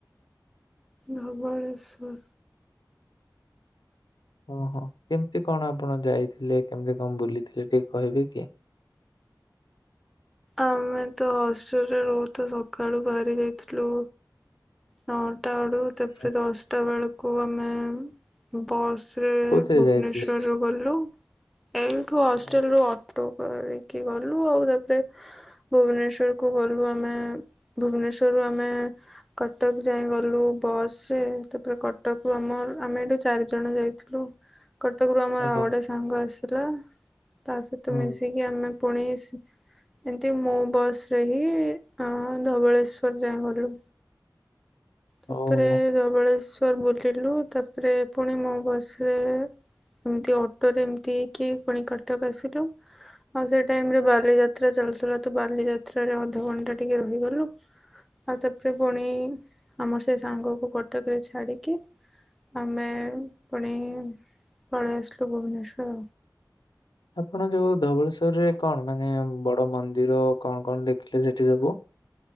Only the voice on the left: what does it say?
ଓହୋଃ। କେମିତି କଣ ଆପଣ ଯାଇଥିଲେ, କେମିତି କଣ ବୁଲିଥିଲେ ଟିକେ କହିବେ କି?
ହୁଁ।
କୋଉଥିରେ
ଯାଇଥିଲେ?
ଓ,
ଆଜ୍ଞା,
ହୁଁ,
ଓହୋ!
ଆପଣ ଯୋଉ ଧବଳେଶ୍ଵରରେ କଣ ମାନେ ବଡ ମନ୍ଦିର କଣ କଣ ଦେଖିଲେ ସେଠି ସବୁ?